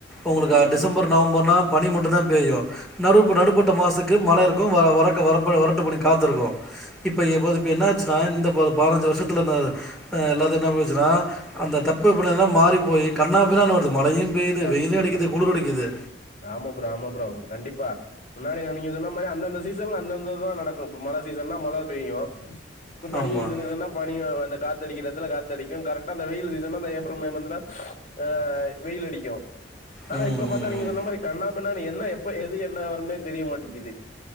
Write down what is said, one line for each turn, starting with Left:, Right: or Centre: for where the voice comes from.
Centre: உங்களுக்கு
Left: ம்
Centre: அ டிசம்பர்
Left: ம்
Centre: நவம்பர்னா பனி மட்டுந் தா பெய்யு நடுப்பு நடுப்பட்ட மாசக்கு மழ இருக்கு வரக்க வரப்ப வரட்டு பனிக்கு காத்திருக்கோ இப்ப எம் பது இப்ப என்னாச்சினா இந்த பதனஞ்சி வருஷத்துல என்னாது அ எல்லாது என்ன பொச்சினா அந்த தட்பவெப்ப நெல லா மாறி போயி கன்னாபின்னான்னு வருது மழையும் பெய்யுது
Left: கண்
Centre: வெயிலும் அடிக்குது
Left: கண்
Centre: குளிர் அடிக்குது
Left: ஆமா ப்ரோ ஆமா ப்ரோ கண்டிப்பா முன்னாடி நீங்க சொன்ன மாரி அந்தந்த சீசன்ல அந்தந்த தா நடக்கு இப்ப மழ சீஸ் சீசன்னா மழ பெய்யு இப்பனி
Centre: ஆமாம்
Left: சீசன்னா பனி அந்த காத் து அடிக்கிற‌ எடத்துல காத்தடிக்கு கரெக்டா அந்த வெயில் சீசன்னா அந்த ஏப்ரல் மே மந்துதா ஆ வெயில்லடிக் கியு ஆனா
Centre: ம்
Left: இப்ப பாத்தா
Centre: ம்
Left: நீங்க
Centre: ம்
Left: சொன்ன மாரி கன்னாபின்னான்னு என்ன எப்ப எது என்ன வரும்னேத் மாட்டேங்கிது